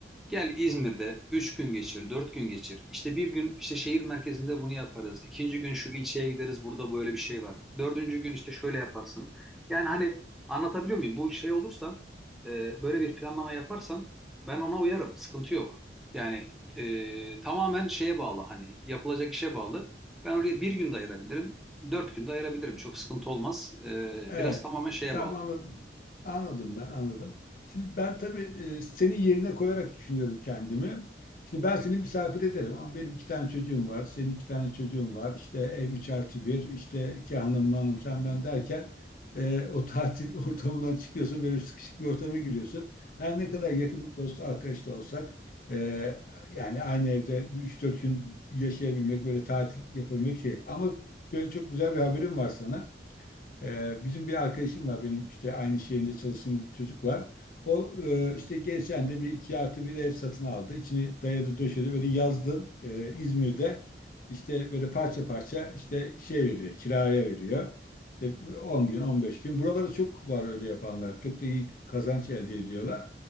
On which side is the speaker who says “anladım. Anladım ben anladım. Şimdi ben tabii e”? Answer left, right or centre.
Left